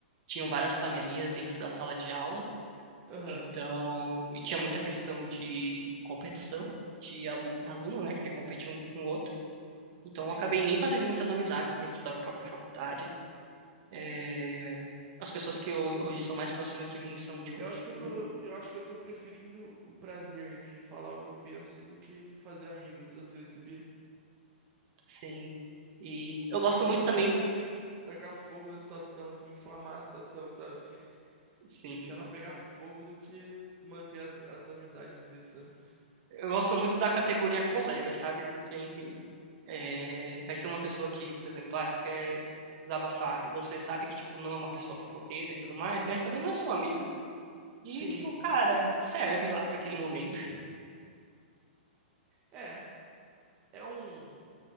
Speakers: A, on the right (about 45°); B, on the right (about 30°).
A: tinham várias panelinhas dentro da sala de aula,
B: Aham,
A: então, e tinha muita questão de competição, de alu- aluno, né, querer competir um com o outro. Então,
B: sim.
A: eu acabei nem fazendo muitas amizades dentro da própria faculdade. É, as pessoas que ho- hoje são mais próximas de mim são de outros
B: Eu acho que eu
A: cursos,
B: tô, eu acho que eu tô preferindo o prazer de falar o que eu penso do que fazer amigos às vezes, sabia?
A: assim. E eu gosto
B: Às
A: muito
B: vezes eu acho
A: também,
B: que eu prefiro tacar fogo na situação, assim, inflamar a situação, sabe?
A: sim,
B: Deixar ela pegar fogo do que manter as, as amizades às vezes, sabe?
A: eu gosto muito da categoria colega, sabe? Porque, enfim, É, vai ser uma pessoa que, por exemplo, ah, você quer desabafar, e você sabe que, tipo, não é uma pessoa fofoqueira e tudo mais, mas também não é seu amigo, e,
B: Sim,
A: tipo, cara, serve lá para aquele momento. <laughs>
B: é, é um,